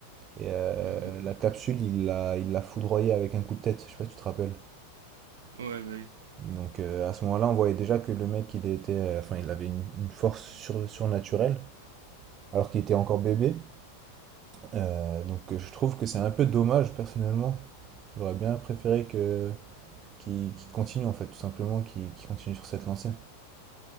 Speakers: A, on the right; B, on the right.
A: Et euh,
B: mhm.
A: la capsule, il l'a il l'a foudroyé avec un coup de tête. Je sais pas si tu te rappelles.
B: Ouais, bah oui.
A: Donc euh, à ce moment-là, on voyait déjà que le mec, il était, euh, enfin, il avait une, une force sur- surnaturelle, alors qu'il était encore bébé. Euh, donc euh, je trouve que c'est un peu dommage personnellement. J'aurais bien préféré que qu'il qu'il continue en fait, tout simplement, qu'il qu'il continue sur cette lancée.